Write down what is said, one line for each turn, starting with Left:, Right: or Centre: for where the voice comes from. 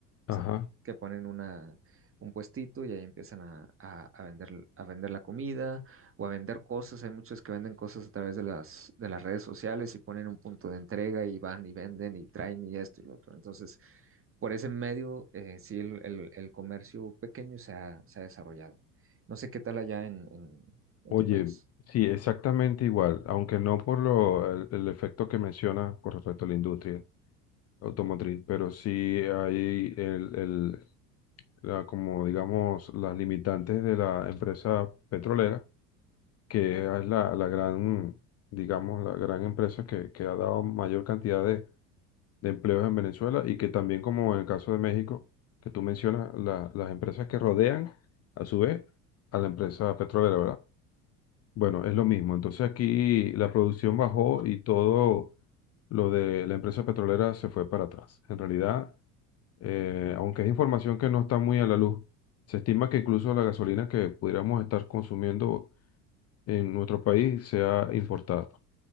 Left: Ajá.
Right: O sea, que ponen una, un puestito y ahí empiezan a, a- a vender, a vender la comida o a vender cosas. Hay muchos que venden cosas a través de las, de las redes sociales y ponen un punto de entrega y van y venden y traen y esto y lo otro. Entonces, por ese medio, eh, sí, el, el- el comercio pequeño se ha, se ha desarrollado. No sé qué tal allá en, en en
Left: Oye,
Right: tu país.
Left: sí, exactamente igual, aunque no por lo, el, el efecto que menciona con respecto a la industria automotriz, pero sí hay el, el- la- como digamos, las limitantes de la empresa petrolera, que es la, la gran, digamos, la gran empresa que, que ha dado mayor cantidad de de empleos en Venezuela y que también como en el caso de México, que tú mencionas, la- las empresas que rodean a su vez a la empresa petrolera, ¿verdad? Bueno, es lo mismo. Entonces aquí la producción bajó y todo lo de la empresa petrolera se fue para atrás. En realidad, eh, aunque es información que no está muy a la luz, se estima que incluso la gasolina que pudiéramos estar consumiendo en nuestro país sea importada.